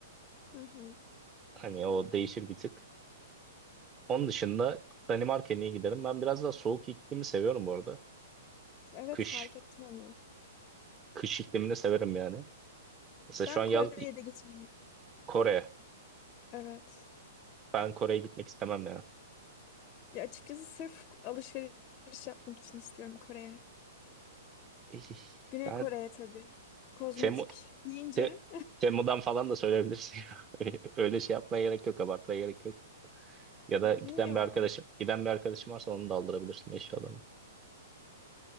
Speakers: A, on the left; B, on the right.
A: Hı hı.
B: Hani o değişir bir tık. Onun dışında Danimarka'ya niye giderim? Ben biraz daha soğuk iklimi seviyorum bu arada.
A: Evet
B: Kış,
A: fark ettim onu.
B: kış iklimini severim yani. Mesela şu
A: Ben
B: an yaz
A: Kore'ye de gitmeyi.
B: Kore.
A: Evet.
B: Ben Kore'ye gitmek istemem ya.
A: Ya açıkçası sırf alışveriş yapmak için istiyorum Kore'ye.
B: <laughs>
A: Güney
B: Yani
A: Kore'ye tabii. Kozmetik
B: Temu,
A: deyince
B: Te- Temu'dan falan da söyleyebilirsin. <laughs> Öyle şey yapmaya gerek yok, abartmaya gerek yok. Ya da
A: bilmiyorum.
B: giden bir arkadaşım, giden bir arkadaşım varsa onu da aldırabilirsin eşyalarını.